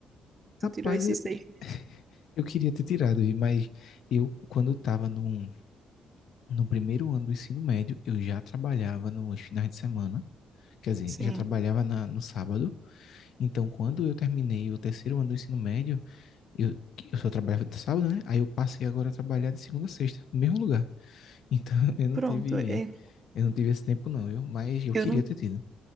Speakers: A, on the right (about 35°); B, on the left (about 70°).
A: Tu
B: Rapaz,
A: tirou esses
B: eu,
A: seis meses?
B: <laughs> eu queria ter tirado, mas eu, quando estava no, no primeiro ano do ensino médio, eu já trabalhava nos finais de semana, quer dizer,
A: Sim.
B: já trabalhava na, no sábado. Então, quando eu terminei o terceiro ano do ensino médio, Eu, eu só trabalhava de sábado, né? Aí eu passei agora a trabalhar de segunda a sexta, no mesmo lugar. Então <laughs> eu não
A: Pronto,
B: tive,
A: é,
B: eu não tive esse tempo não, eu Mas eu
A: eu
B: queria
A: não,
B: ter tido.